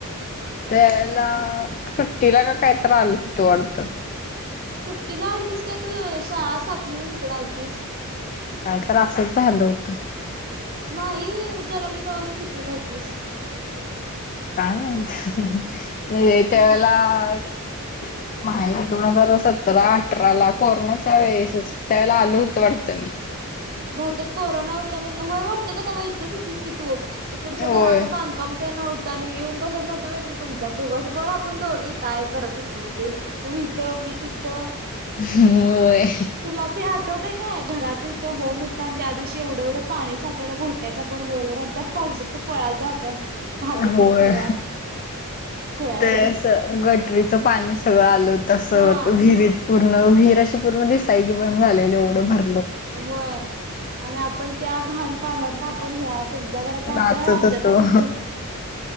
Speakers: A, on the left; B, on the right.
A: त्यावेळेला सुट्टीला का कायतरी आलो होतो वाटतं
B: सुट्टीला आलतीस काय तू शाळा सातवी हुन इकडं आलतीस
A: काय तर असंच झालं हुतं
B: माही जनमली तवा तू कितवी ला हुतीस
A: काय माहित म्हणजे त्या वेळेला माहे दोन हजार सतरा अठरा ला कोरोनाच्या वेळेसच त्या वेळेला आलो होतो वाटतं मी
B: बहुतेक कोरोना होता म्हणून होय वाटतं ग तवा हितच होतीस की तू इकडचं
A: होय.
B: घराचं बांधकाम ते नव्ह आणि येऊन बसत नवतो मी तुमच्यात दिवसभर आपण दोघी काय करत हुतो बघ बाई तू इथं मी तिथं
A: होय
B: तुला ते आठवते काय घरात इथ हो मुता आणि त्या दिवशी एवढं एवढं पाणी साठल्यालं घोट्याच्या पण वर आणि त्या पावसातनं पळालतो आपण घाबीतन
A: होय
B: सगळ्या खुळ्यागत
A: ते असं गटरीचं पाणी सगळं आलं तसं
B: हा
A: विहीरीत पूर्ण विहीर अशी पूर्ण दिसायची बंद झालेली एवढं भर
B: होय आणि आपण त्या घाण पाण्यातन आपण ह्यात तुमच्या घरात आमच्या,
A: नाचत
B: आमच्यात
A: होतो
B: तुमच्या,